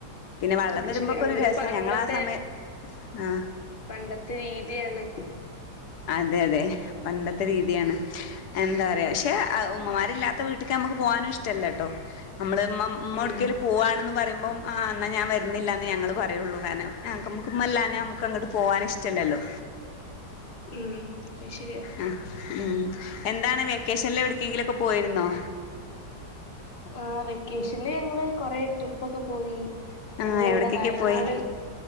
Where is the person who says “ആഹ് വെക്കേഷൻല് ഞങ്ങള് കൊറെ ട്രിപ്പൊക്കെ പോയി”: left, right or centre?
Left